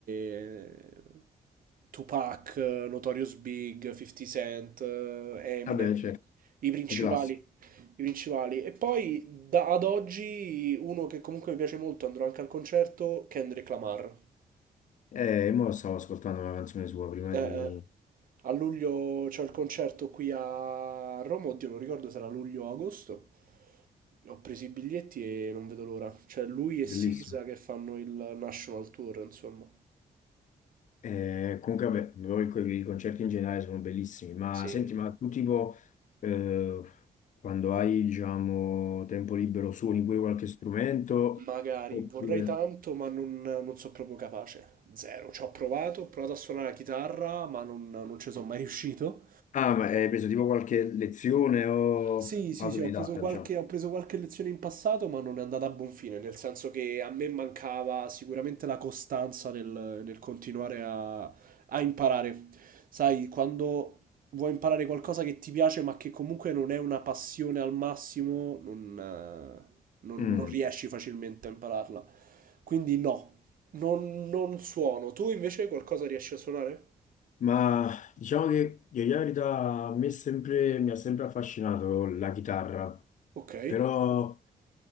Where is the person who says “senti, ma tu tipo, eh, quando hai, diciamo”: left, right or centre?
Left